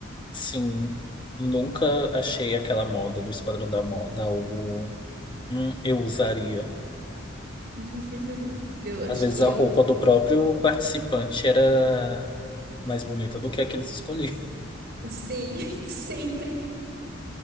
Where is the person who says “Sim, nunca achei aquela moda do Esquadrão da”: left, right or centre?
Left